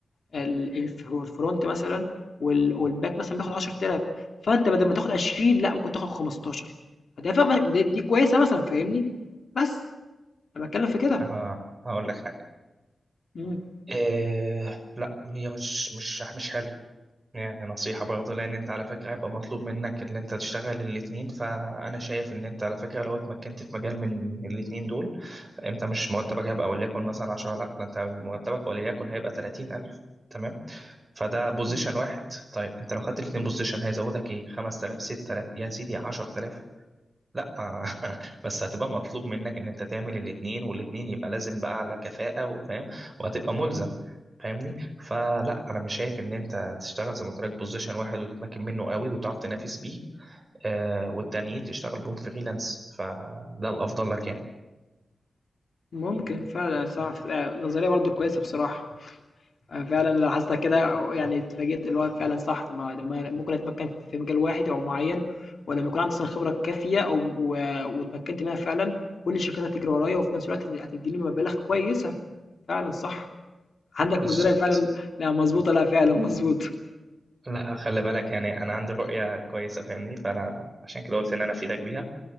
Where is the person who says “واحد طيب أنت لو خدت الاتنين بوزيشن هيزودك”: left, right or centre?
Right